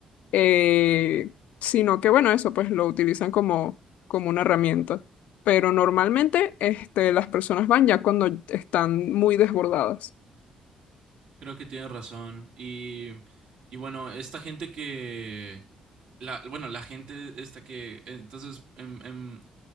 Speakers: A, on the left; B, on the right.
A: eh, sino que bueno, eso pues lo utilizan como, como una herramienta. Pero normalmente este, las personas van ya cuando están muy desbordadas.
B: Creo que tienes razón. Y, y bueno, esta gente que... La, bueno, la gente esta que... Entonces, en, en-